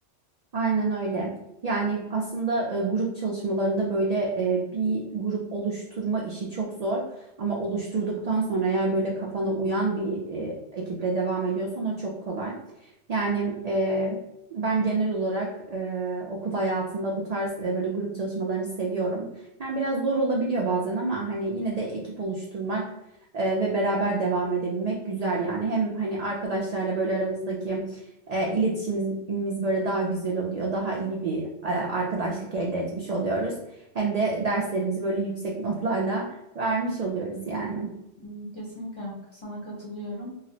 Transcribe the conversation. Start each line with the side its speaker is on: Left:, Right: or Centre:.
Right: Aynen öyle. Yani aslında e, grup çalışmalarında böyle e, bir grup oluşturma işi çok zor ama oluşturduktan sonra eğer böyle kafana uyan bir e, ekiple devam ediyorsan o çok kolay. Yani e, ben genel olarak e, okul hayatında bu tarz e, böyle grup çalışmalarını seviyorum. Yani biraz zor olabiliyor bazen ama hani yine de ekip oluşturmak e, ve beraber devam edebilmek güzel yani. Hem hani arkadaşlarla böyle aramızdaki e, iletişimimiz böyle daha güzel oluyor. Daha iyi bir e, arkadaşlık elde etmiş oluyoruz. Hem de derslerimizi böyle yüksek <laughs> notlarla vermiş oluyoruz yani.
Left: Hmm, Kesinlikle sana katılıyorum.